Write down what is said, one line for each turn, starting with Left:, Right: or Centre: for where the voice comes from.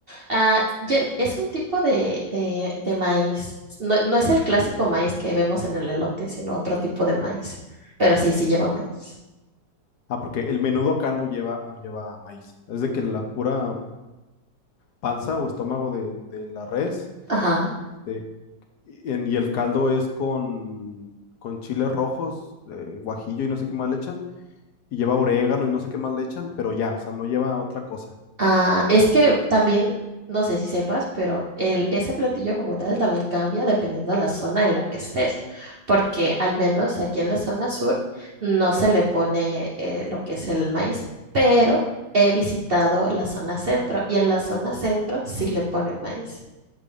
Right: ah, lle- es un tipo de, de, de maíz. No, no es el clásico maíz que vemos en el elote, sino otro tipo de
Left: Mm.
Right: maíz. Pero sí, sí lleva maíz.
Left: Ah, porque el menudo acá no lleva, no lleva maíz. Es de que la pura panza o estómago de, de la res
Right: Ajá.
Left: este, y, en- y el caldo es con, con chiles rojos, eh, guajillo y no sé qué más le echan y lleva orégano y no sé qué más le echan, pero ya, o sea, no lleva otra cosa.
Right: Ah, es que también, no sé si sepas, pero el, ese platillo como tal también cambia dependiendo de la zona en la que estés, porque al menos aquí en la zona sur no se le pone eh, lo que es el maíz, pero he visitado la zona centro y en la zona centro sí le ponen maíz.